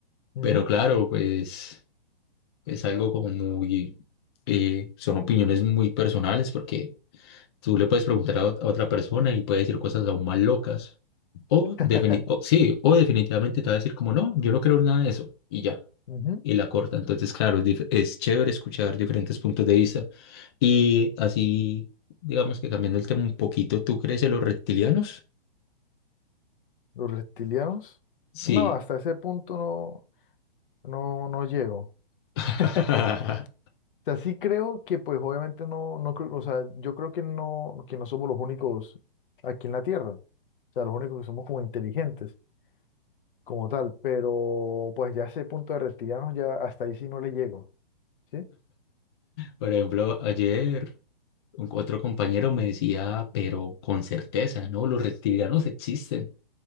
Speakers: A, on the left; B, on the left.
A: Ujú.
B: Pero claro, pues es algo como muy... eh, son opiniones muy personales porque tú le puedes preguntar a, ot- a otra persona y puede decir cosas aún más locas. O,
A: <laughs>
B: defini- o- sí, o definitivamente te va a decir como no, yo no creo en nada de eso y ya.
A: Ujú.
B: y la corta. Entonces, claro, es, dif- es chévere escuchar diferentes puntos de vista. Y así, digamos que cambiando el tema un poquito, ¿tú crees en los reptilianos?
A: Los reptilianos,
B: Sí.
A: no, hasta ese punto no, no, no llego.
B: <laughs>
A: <laughs> sea, sí creo que pues obviamente no, no creo, o sea, yo creo que no, que no somos los únicos aquí en la Tierra, o sea, los únicos que somos como inteligentes, como tal, pero pues ya ese punto de reptilianos ya hasta ahí sí no le llego, ¿sí?
B: Por ejemplo, ayer un- otro compañero me decía, pero con certeza, ¿no? Los reptilianos existen.